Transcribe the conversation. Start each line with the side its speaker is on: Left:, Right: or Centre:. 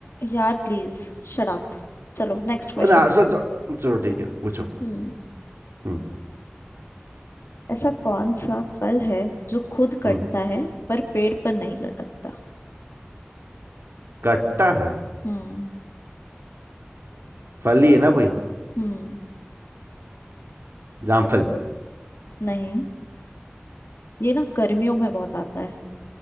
Left: यार प्लीज शट अप चलो नेक्स्ट क्वेश्चन
Right: पर आंसर चलो चलो ठीक है पूछो
Left: हम्म
Right: हम्म
Left: ऐसा कौन सा फल है जो खुद कटता
Right: हम्म
Left: है पर पेड़ पर नहीं लटकता
Right: कट्टा है
Left: हम्म
Right: फल ही है ना कोई
Left: हम्म
Right: जामफल
Left: नहीं ये ना गर्मियों में बहुत आता है